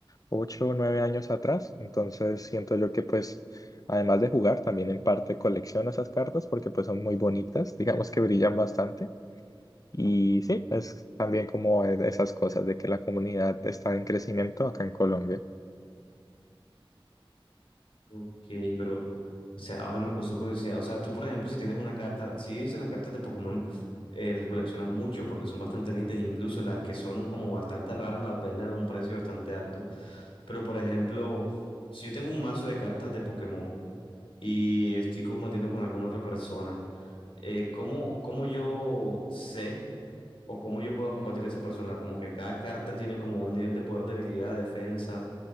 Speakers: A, on the left; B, on the left.
A: ocho o nueve años atrás, entonces siento yo que pues además de jugar también en parte colecciono esas cartas porque pues son muy bonitas, digamos que brillan bastante y sí, es también como e, esas cosas de que la comunidad está en crecimiento acá en Colombia.
B: Ok, pero, o sea, ahora me causó curiosidad. O sea, tú, por ejemplo, si tienes una carta, si dices las cartas de Pokémon, eh, las coleccionas mucho porque son bastante lindas, incluso las que son un- como bastante raras las venden a un precio bastante alto. Pero, por ejemplo, si yo tengo un mazo de cartas de Pokémon y estoy combatiendo con alguna otra persona, eh, ¿cómo, cómo yo sé o cómo yo puedo combatir a esa persona? Como que cada carta tiene como un nivel de poder, debilidad, defensa